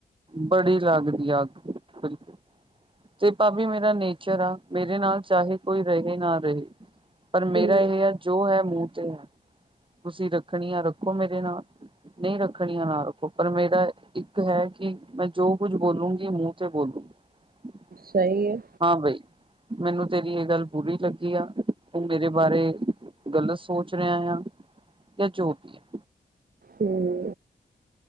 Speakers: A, on the right; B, on the right.
A: ਬੜੀ ਲੱਗਦੀ ਅੱਗ ਬਿਲਕੁਲ 'ਤੇ ਭਾਬੀ ਮੇਰਾ ਨੇਚਰ ਆ, ਮੇਰੇ ਨਾਲ ਚਾਹੇ ਕੋਈ ਰਹੇ ਨਾ ਰਹੇ। ਪਰ ਮੇਰਾ
B: ਹੂੰ,
A: ਇਹ ਹੈ ਜੋ ਹੈ ਮੂੰਹ 'ਤੇ ਹੈ, ਤੁਸੀਂ ਰੱਖਣੀ ਆ ਰੱਖੋ ਮੇਰੇ ਨਾਲ। ਨਈ ਰੱਖਣੀ ਆ ਨਾਲ, ਉਪਰ ਮੇਰਾ ਇੱਕ ਹੈ ਕਿ ਮੈਂ ਜੋ ਕੁੱਝ ਬੋਲੂਗੀ ਮੂੰਹ 'ਤੇ ਬੋਲੂਗੀ। <inaudible>
B: ਸਹੀ ਏ।
A: ਹਾਂ ਬਈ, ਮੈਨੂੰ ਤੇਰੀ ਇਹ ਗੱਲ ਬੁਰੀ ਲੱਗੀ ਆ ਉਹ ਮੇਰੇ ਬਾਰੇ ਗਲਤ ਸੋਚ ਰਹੇ ਆਂ। ਜਾਂ ਜੋ ਵੀ।
B: ਹੂੰ